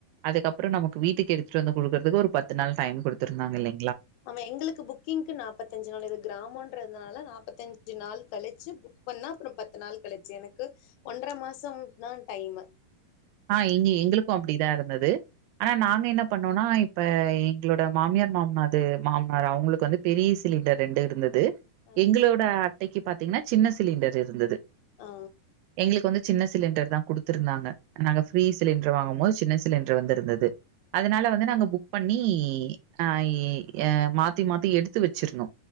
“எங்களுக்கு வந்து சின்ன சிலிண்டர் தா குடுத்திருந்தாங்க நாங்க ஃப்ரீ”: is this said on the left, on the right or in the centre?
Right